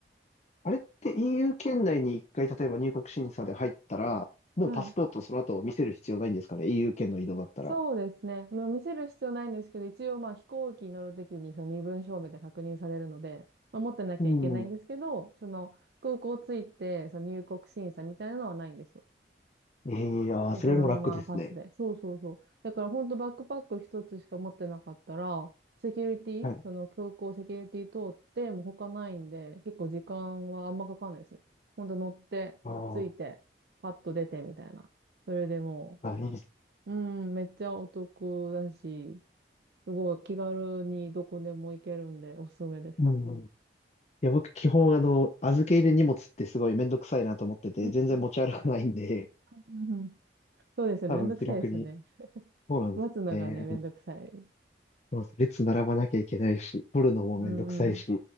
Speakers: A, on the left; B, on the right.
A: あれって EU 圏内に一回、例えば入国審査で入ったら、もうパスポートその後見せる必要ないんですかね
B: はい。
A: ?EU 圏の移動だったら。
B: そうですね。まあ、見せる必要ないんですけど、一応まあ飛行機に乗るときにその身分証明で確認されるので、まあ、持ってなきゃいけないんですけど、
A: うん。
B: その空港着いて、その入国審査みたいなのはないんですよ。
A: ええああそれも楽ですね。
B: でそのままパスで。そうそうそう。だから本当バックパック一つしか持ってなかったら、セキュリティ、
A: はい。
B: その空港セキュリティ通って、もう他ないんで、結構時間はあんまかかんないですね。本当乗って、
A: あ
B: 着いて、パッと出てみたいな。それでも
A: あ、あ、いいです。
B: う、うん、めっちゃお得だし、すごい気軽にどこでも行けるんで、おすすめです。
A: うん。いや、僕、基本、あの、預け入れ荷物ってすごいめんどくさいなと思ってて、
B: うんうん。
A: 全然持ち歩かないんで、
B: うんうんそうですよね。
A: 多分気楽に。
B: めんどくさいですよね。<laughs>
A: そうなんですね。
B: 待つのがね、めんどくさい。
A: そうなんです列並ばなきゃいけないし、取るのもめんどくさいし、
B: うんうん。